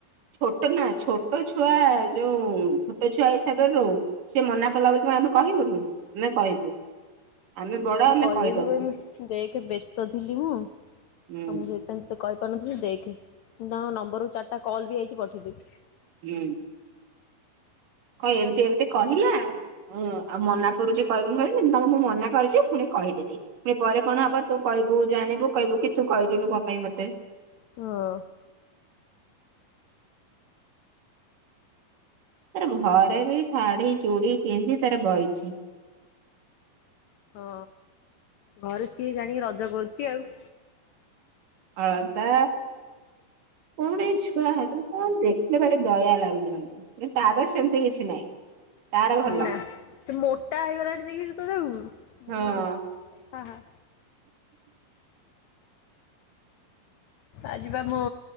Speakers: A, on the right; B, on the left.
A: ଛୋଟ ନା ଛୋଟ ଛୁଆ ଯୋଉ ଛୋଟ ଛୁଆ ହିସାବରେ ରହୁ ସିଏ ମନା କଲା ବୋଲି ଆମେ କହିବୁନୁ ଆମେ କହିବୁ। ଆମେ ବଡ
B: ମୁଁ
A: ଆମେ
B: କହିବି
A: କହିଦବୁ
B: କହିମି ଦେଖେ ବ୍ୟସ୍ତ ଥିଲି ମୁଁ ଆଉ
A: ହୁଁ।
B: ମୁଁ ସେଇଥିପାଇଁ ତ କହିପାରୁନଥିଲି ଦେଖେ ମୁଁ ତାଙ୍କ ନମ୍ବରରୁୁ ଚାରିଟା କଲ୍ ବି ଆଇଛି ପଠେଇଦେବି।
A: ହୁଁ, କଣ ଏମତି ଏମିତି କହିଲା? ଉୁଁ ଆଉ ମନା କରୁଛି କହିବିନି କହିବି ତାଙ୍କୁ ମୁଁ ମନା କରିଛି ପୁଣି କହିଦେଲି। ପରେ କଣ ହବ ତୁ କହିବୁ ଜାଣିବୁ କହିବୁ କି ତୁ କହିଲୁନୁ କଣ ପାଇଁ ମତେ?
B: ହଁ,
A: ତାର ଘରେ ବି ଶାଢୀ, ଚୁଡି ପିନ୍ଧି ତାର ବଇଛି।
B: ହଁ, ଘରେ ସିଏ ଜାଣିକି ରଜ କରୁଛି ଆଉ।
A: ଅଳତା କଣ ଏଇ ଛୁଆ ହେଲା କଣ ଦେଖିଲେ ଭାରି ଦୟା ଲାଗୁଛି। କିନ୍ତୁ ତାର ସେମିତି କିଛି ନାହିଁ। ତାର ଭଲ
B: ନା ସେ ମୋଟା ହେଇଗଲାଣି ଦେଖିଛୁ ତ ତାକୁ? ମୁନା
A: ହଁ
B: କୁ ହଁ ହଁ ଆଜି ବା ମୁଁ